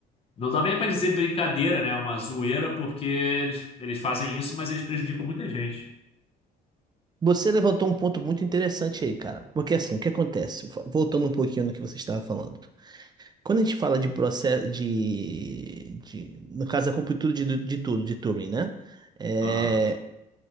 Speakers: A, on the left (about 35°); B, on the right (about 25°).
A: Não dá bem pra dizer brincadeira, né? É Uma zoeira, porque eles, eles fazem isso, mas eles prejudicam muita gente.
B: Você levantou um ponto muito interessante aí, cara. Porque assim, o que acontece? Fo- Voltando um pouquinho no que você estava falando. Quando a gente fala de processo de, de- no caso, a completude de, de tudo, de Turing, né? É,
A: Aham.